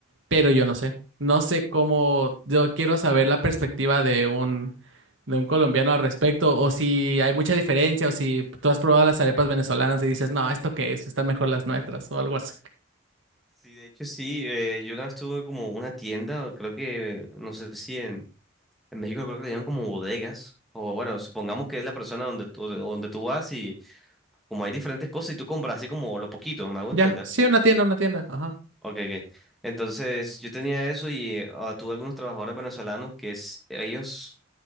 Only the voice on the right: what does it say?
pero yo no sé, no sé cómo, yo quiero saber la perspectiva de un de un colombiano al respecto, o si hay mucha diferencia, o si tú has probado las arepas venezolanas y dices, no, ¿esto qué es? Están mejor las nuestras, o algo así.
Ya, sí, una tienda, una tienda. Ajá.